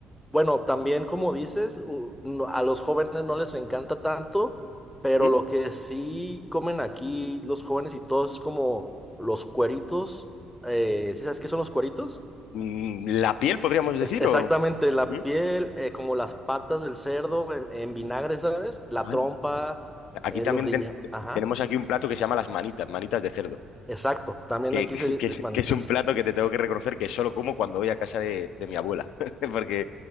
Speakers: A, in the centre; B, on the left.
A: Bueno, también como dices, u- no- a los jóvenes no les encanta tanto, pero
B: ¿Mm?
A: lo que sí comen aquí los jóvenes y todo es como los cueritos. Eh, ¿sí sabes qué son los cueritos?
B: Mm, ¿La piel, podríamos decir,
A: Es exactamente
B: o...?
A: la
B: ¿Mm?
A: piel, eh, como las patas del cerdo en, en vinagre, ¿sabes? La trompa,
B: Anda. Aquí
A: eh,
B: también
A: los riñones.
B: ten- te-
A: Ajá,
B: tenemos aquí un plato que se llama las manitas, manitas de cerdo,
A: exacto. También
B: que,
A: aquí
B: <laughs>
A: se
B: que,
A: dice manitas.
B: que es un plato que te tengo que reconocer que solo como cuando voy a casa de, de mi abuela, <laughs> porque